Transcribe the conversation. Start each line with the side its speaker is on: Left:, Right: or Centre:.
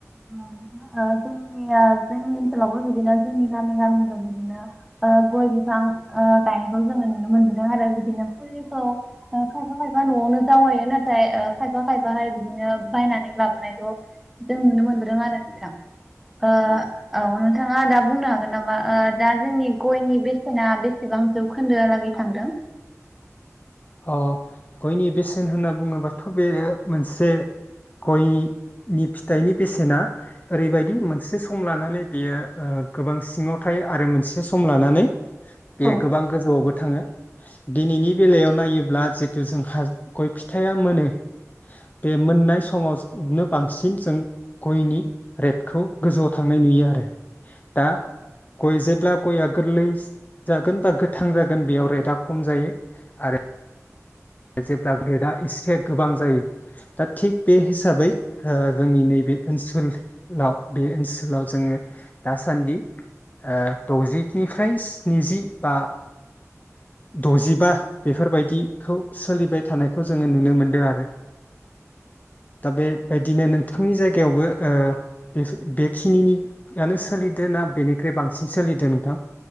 Centre: <unintelligible> ओ जोंनिया जोंनि ओनसोलावबो बिदिनो जोंनि गामि गामिबो बिदिनो ओ गय बिफां ओ गायनायखौ जोङो नुनो मोनबोदों आरो बिदिनो फुलिखौ ओ खायफा खायफा न'आवनो जावायो नाथाय ओ खायफा खायफाहाय बिदिनो बायनानै लाबोनायखौ जों नुनो मोन <unintelligible> आरो नोंथां ओ औ नोंथाङा दा बुंनो हागोन नामा ओ दा जोंनि गयनि बेसेना बेसेबां जौखोन्दो आलागै थांदों?
Left: अ गयनि बेसेन होनना बुङोबाथ' बे मोनसे गयनि फिथाइनि बेसेना। ओरैबायदि मोनसे सम लानानै बेयो ओ गोबां सिङावथायो। आरो मोनसे सम लानानै बेयो
Centre: औ
Left: गोबां गोजौआवबो थाङो दिनैनि बेलायावनो ब्ला जितु जोंहा गय फिथाइा मोनो बे मोननाय सम समाव जनो बांसिन जों गयनि रेटखौ गोजौआव थांनाय नुयो आरो दा गय जे ब्ला गया गोरलै जागोन बा गोथां जागोन बेयाव रेटआ खम जायो आरो। जेब्ला ग्रेटआ एसे गोबां जायो दा थिग बे हिसाबै ओ जोंनि नैे बे ओनसोलाव बे ओनसोल लाव जोङो दासान्दि ओ द'जिनिफ्राय स्निजि बा दजिबा बेफोरबायदि खौ सोलिबाय थानायखौ जोङो नुनो मोनदों दो आरो दा बेबायदिनो नोंथांनि जाय गेवबो ओ बेखिनियानो सोलिदों ना बेनिख्रुइ बांसिन सोलिदों नोंथां?